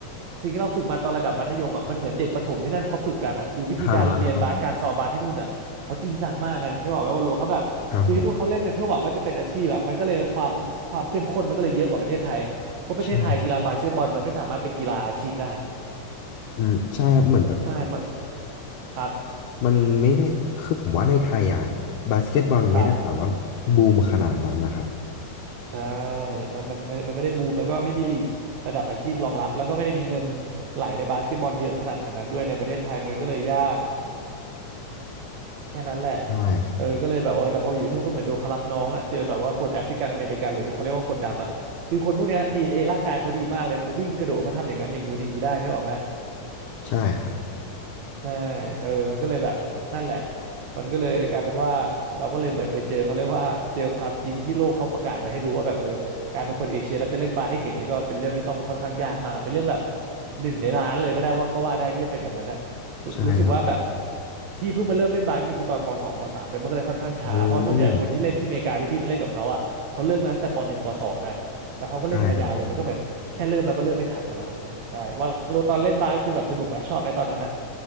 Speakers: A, on the right; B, on the left.
A: สิ่งที่เราฝึกมาตอนระดับมัธยมอ่ะมันเหมือนเด็กประถมที่นั่นเขาฝึกกันอ่ะคือวิธีการเรียนบาสการซ้อมบาสที่นู่นอ่ะเขาจริงจังมากไงนึกออกไหมว่าโลเขาแบบ
B: อ่าครับผม
A: คือที่นู่นเขาเล่นกันเพื่อหวังว่าจะเป็นอาชีพอะมันก็เลยความความเข้มข้นมันก็เลยเยอะกว่าประเทศไทยเพราะประเทศไทยกีฬาบาสเกตบอลมันไม่สามารถเป็นกีฬาอาชีพได้
B: ใช่อืมใช่ครับเหมือนแบบ
A: ใช่มันครับ
B: มันไม่ได้คือผมว่าในไทยอ่ะบาสเกตบอลไม่ได้แบบว่าบูมขนาดนั้นนะครับ
A: ครับใช่มันมันไม่มันไม่ได้บูมแล้วก็ไม่มีลีกระดับอาชีพรองรับแล้วก็ไม่ได้มีเงินไหลในบาสเกตบอลเยอะขนาดนั้นด้วยในประเทศไทยมันก็เลยยากแค่นั้นแหละ
B: ใช่ครับ
A: เออก็เลยแบบว่าแต่พออยู่ที่นู่นก็เหมือนโดนเขารับน้องอะเจอแบบว่าคนแอฟริกันอเมริกันหรือที่เขาเรียกว่าคนดำอะคือคนพวกเนี้ยดีเอ็น n a ร่างกายเขาดีมากเลยเขาวิ่งกระโดดเขาทำอย่างนั้นอย่างงู้นอย่างนี้ได้นึกออกไหม
B: ใช่ครับ
A: ใช่เออมันก็เลยแบบนั่นแหละมันก็เลยกลายเป็นว่าเราก็เลยเหมือนไปเจอเขาเรียกว่าเจอความจริงที่โลกเขาประกาศไว้ให้รู้ว่าแบบเออการเป็นคนเอเชียแล้วจะเล่นบาสให้เก่งนี่ก็เป็นเรื่องที่ต้องค่อนข้างยากมากอะเป็นเรื่องแบบหนึ่งในล้านเลยก็ได้ว่าก็ว่าได้ที่จะเป็นอย่างนั้นนะรูรู้สึกว่าแบบ
B: ใช่ครับ
A: พี่เพิ่งมาเริ่มเล่นบาสจริงๆคือตอนมสองมสามเลยมันก็เลยค่อนข้างช้าเพราะส่วนใหญ่คนที่เล่นที่อเมริกาที่พี่ไปเล่นกับเขาอ่ะเขาเริ่มกันตั้งแต่ปหนึ่งปสองกันแล้วเขาก็เล่นกันมายาวเลยมันก็เหมือนแค่เริ่มเราก็เริ่มไม่ทันกันแล้วครับเนี่ยใช่ว่าโลตอนเล่นบาสคือแบบสนุกไหมชอบไหมตอนนั้นอะ
B: อืมใช่ครับ